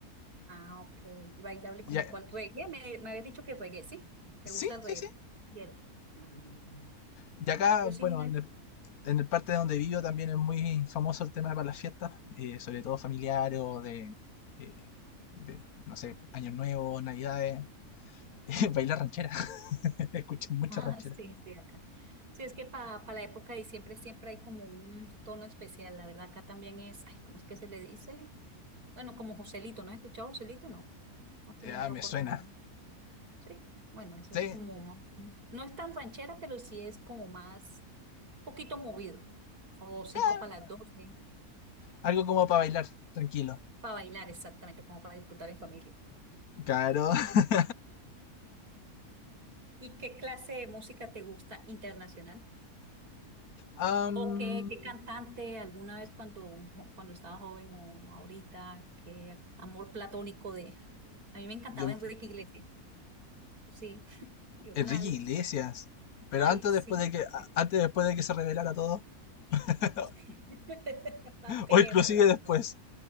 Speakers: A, on the right; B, on the left.
A: Ah, ok. Bailable como
B: Y a-
A: cuál reggae. Me, me habías dicho que reggae, ¿sí? ¿Te
B: sí,
A: gusta el reggae?
B: sí, sí.
A: Bien. Mm,
B: Y acá,
A: Yo soy
B: bueno,
A: una...
B: en
A: <laughs>
B: el, en el parte de donde vivo también es muy famoso el tema para las fiestas, eh, sobre todo familiares o de, eh, de, no sé, Año Nuevo, Navidades. <laughs> Bailar ranchera. <laughs> Escuché mucha
A: Ah,
B: ranchera.
A: sí, sí, acá. Sí, es que para la época de diciembre siempre hay como un tono especial. La verdad, acá también es, ay, ¿cómo es que se le dice? Bueno, como Joselito. ¿No has escuchado Joselito? No. No has tenido
B: Ah,
A: la
B: me
A: oportunidad.
B: suena.
A: Sí. Bueno, eso
B: Sí.
A: es como... más- No es tan ranchera, pero sí es como más, poquito movido. O cinco
B: Ah,
A: para las doce.
B: algo como para bailar, tranquilo.
A: Para bailar, exactamente, como para disfrutar en familia.
B: Claro. <laughs>
A: ¿Y qué clase de música te gusta internacional?
B: Am,
A: ¿O qué, qué cantante alguna vez cuando, cuando estaba joven o ahorita? ¿Qué amor platónico de... A mí me encantaba
B: de-
A: Enrique Iglesias. Sí, yo era una...
B: Enrique Iglesias. Pero
A: Ay,
B: antes
A: sí,
B: o después de que
A: era
B: a-
A: feliz.
B: antes o después de que se revelara todo. <laughs>
A: <laughs> Antes
B: O inclusive
A: que revelara
B: después.
A: todo.